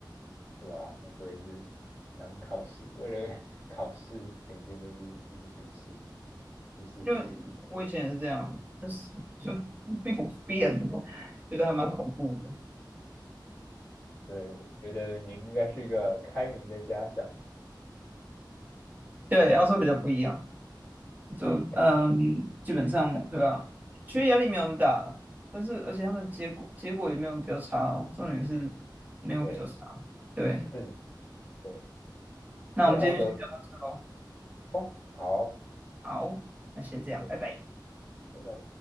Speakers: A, on the left; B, on the right.
A: 对吧、那时候也是当考试，为了 <laughs> 考试，整天都是一直读书，读书，
B: 因为我以前也是这样，
A: 读书，读书。
B: 就是 <laughs> 就没有变，觉得还蛮恐怖的。
A: 对，我觉得您应该是一个开明的家长，
B: 对，要说比较不一样。就嗯，
A: 可以让
B: 基本上对啊，
A: 学餐
B: 学业压力没有那么大，但是而且他们结果结果也没有比较差哦，重点是没有比较差。
A: 对，
B: 对，
A: <laughs> 是的，没错。
B: 那我们今天就先聊到这喽，
A: 而且澳洲哦，好，
B: 好，那先这样，
A: 对，
B: 拜拜。
A: 拜拜。